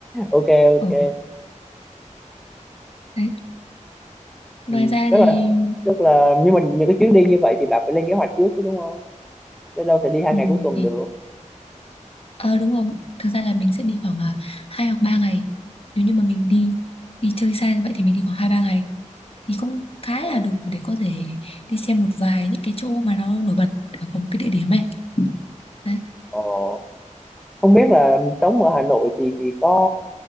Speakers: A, in the centre; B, on the left.
A: ok
B: ừ
A: ok
B: đấy ngoài
A: ừ.
B: ra
A: tức
B: thì
A: là tức là nhưng mà những cái chuyến đi như vậy thì bạn phải lên kế hoạch trước chứ đúng không chứ đâu thể đi hai
B: ừ,
A: ngày cuối tuần
B: thì
A: được
B: ờ đúng không thực ra là mình sẽ đi khoảng à, hai hoặc ba ngày nếu như mà mình đi đi chơi xa như vậy thì mình đi khoảng hai ba ngày thì cũng khá
A: Ờ.
B: là đủ để có thể đi xem một vài những cái chỗ mà nó nổi bật ở cùng cái địa điểm ấy đấy
A: Ồ không biết là sống ở Hà Nội thì thì có